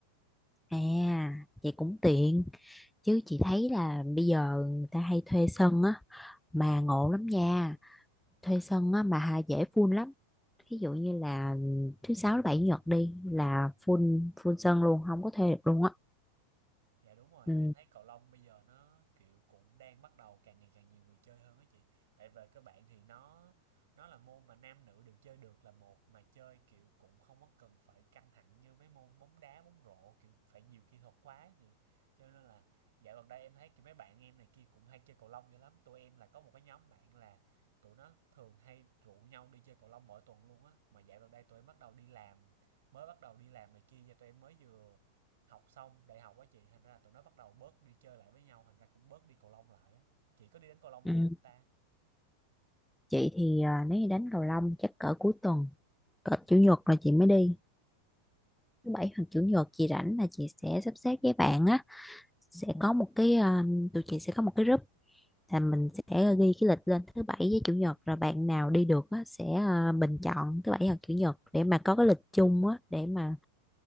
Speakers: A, in the centre; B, on the right.
A: À, vậy cũng tiện chứ chị thấy là bây giờ người ta hay thuê sân á mà ngộ lắm nha. Thuê sân á mà hà dễ full lắm. Ví dụ như là thứ sáu thứ bảy chủ nhật đi là full full sân luôn, không có thuê được luôn á.
B: Dạ đúng rồi,
A: Ừ.
B: em thấy cầu lông bây giờ nó kiểu cũng đang bắt đầu càng ngày càng nhiều người chơi hơn á chị. Tại về các bạn thì nó nó là môn mà nam nữ đều chơi được là một mà chơi kiểu cũng không có cần phải căng thẳng như mấy môn bóng đá, bóng rổ kiểu phải nhiều kỹ thuật quá á chị. Cho nên là dạo gần đây em thấy kiểu mấy bạn em này kia cũng hay chơi cầu lông dữ lắm. Tụi em là có một cái nhóm bạn là tụi nó thường hay rủ nhau đi chơi cầu lông mỗi tuần luôn á. Mà dạo gần đây tụi em bắt đầu đi làm, mới bắt đầu đi làm này kia và tụi em mới vừa học xong đại học á chị thành ra là tụi nó bắt đầu bớt đi chơi lại với nhau thành ra cũng bớt đi cầu lông lại á chị có đi đánh cầu lông
A: Ừ.
B: nhiều không ta
A: Chị thì à, nếu như đánh cầu lông chắc cỡ cuối tuần, cỡ chủ nhật là chị mới đi. Thứ bảy hoặc chủ nhật chị rảnh là chị sẽ sắp xếp với bạn á sẽ có một cái à, tụi chị sẽ có một cái group là mình sẽ ghi cái lịch lên thứ bảy với chủ nhật rồi bạn nào đi được á, sẽ à, bình chọn thứ bảy hoặc chủ nhật để mà có cái lịch chung á để mà